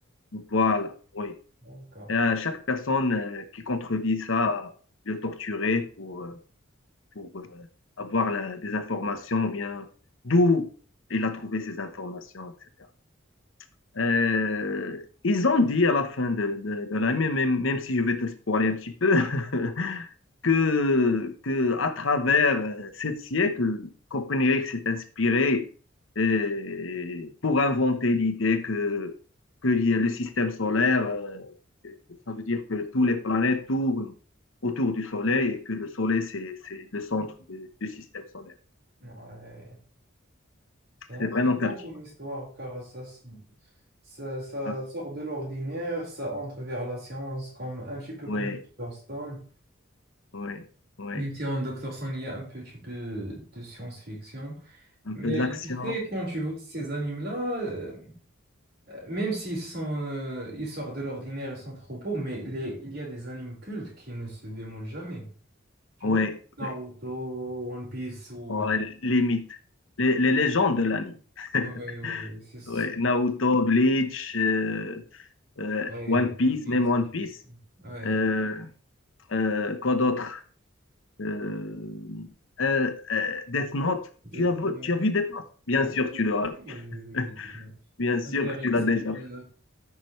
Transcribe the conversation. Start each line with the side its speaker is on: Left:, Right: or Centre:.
Left: Voilà, oui.
Right: D'accord.
Left: Et à chaque personne euh, qui contredit ça, le torturer pour, euh, pour euh, avoir la- des informations, ou bien d'où il a trouvé ces informations, etc. Euh, ils ont dit à la fin de, de, de l'année, même, même si je vais te spoiler un petit peu, <laughs> que, que à travers euh, sept siècles, Copernic s'est inspiré euh, pour inventer l'idée que, que le système solaire, euh, ça veut dire que toutes les planètes tournent autour du Soleil et que le Soleil, c'est, c'est le centre de- du système solaire.
Right: Ouais. C'est intriguant
Left: C'est vraiment captivant.
Right: comme histoire, car ça, se- ça, ça
Left: Ah,
Right: sort de l'ordinaire, ça entre vers la science, comme, un petit peu
Left: ouais,
Right: comme Dr. Stone.
Left: ouais, ouais.
Right: Même si en Dr. Stone, il y a un petit peu de science-fiction.
Left: Un
Right: Mais
Left: peu de l'action.
Right: tu sais, quand tu vois ces animes-là, euh, Même s'ils sont, euh, ils sortent de l'ordinaire, ils sont trop beaux, mais les, il y a des animes cultes qui ne se démodent jamais. Tu
Left: Ouais,
Right: vois, Naruto,
Left: ouais.
Right: One Piece ou...
Left: Ouais,
Right: euh,
Left: les mythes, les, les légendes de l'anime. <laughs>
Right: ouais, ouais, c'est... c'est-
Left: ouais, Naruto, Bleach, euh, euh,
Right: Ouais,
Left: One Piece,
Right: One Piece.
Left: même One Piece.
Right: Ouais,
Left: Euh, euh, quoi d'autre? Euh, euh, euh, Death Note.
Right: Death
Left: Tu as, vu-
Right: Note.
Left: tu as vu Death Note? Bien
Right: Ouais,
Left: sûr, tu l'auras.
Right: bien sûr, je,
Left: <laughs>
Right: je vis
Left: vu.
Right: Death Note.
Left: Bien
Right: Et
Left: sûr
Right: Hunter
Left: que
Right: x
Left: tu l'as déjà.
Right: Hunter.
Left: vu.